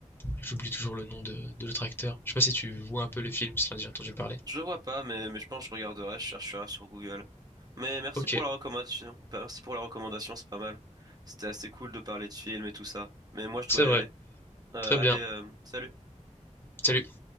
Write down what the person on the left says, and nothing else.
j'oublie toujours le nom de, de l'autre acteur. Je sais pas si tu vois un peu le film, si t'en as déjà entendu parler.
Ok,
c'est
vrai.
Très bien.
Salut.